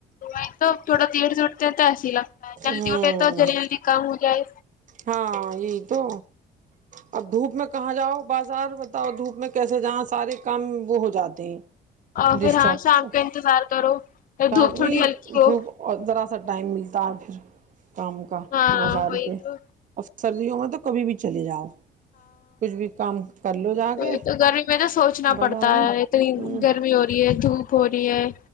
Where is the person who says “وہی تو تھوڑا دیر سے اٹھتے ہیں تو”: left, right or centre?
Left